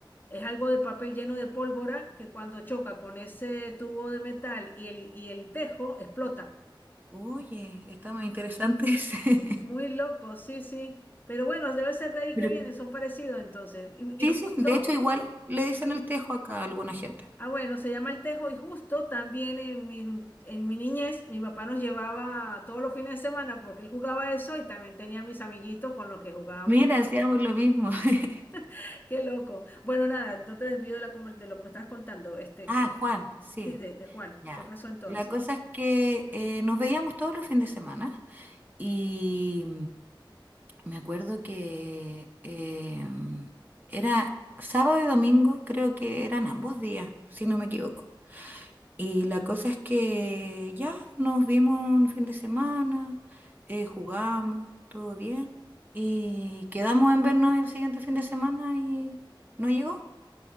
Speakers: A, on the left (about 25°); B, on the right (about 20°).
A: Es algo de papel lleno de pólvora que cuando choca con ese tubo de metal y el, y el tejo explota.
B: oye, está más interesante ese. <laughs>
A: Muy loco, sí, sí. Pero bueno, debe ser de ahí
B: Pero-
A: que vienen, son parecidos entonces. Y,
B: sí,
A: y justo,
B: sí, de hecho igual le dicen
A: sí, sí.
B: el tejo acá a alguna gente.
A: Ah, bueno, se llama el tejo y justo también en mi, en mi niñez mi papá nos llevaba todos los fines de semana porque él jugaba eso y también tenía mis amiguitos con los que jugábamos.
B: Mira, hacíamos lo mismo. <laughs>
A: <laughs> Qué loco. Bueno, nada, no te desvío de, la, conver- de lo que me estabas contando, este,
B: Ah,
A: que,
B: Juan, sí,
A: sí, de, de Juan.
B: ya.
A: ¿Qué pasó entonces?
B: La cosa es que eh, nos veíamos todos los fines de semana y Me acuerdo que em, era sábado y domingo, creo que eran ambos días, si no me equivoco. Y la cosa es que ya nos vimos un fin de semana, eh, jugamos, todo bien. Y quedamos en vernos el siguiente fin de semana y no llegó.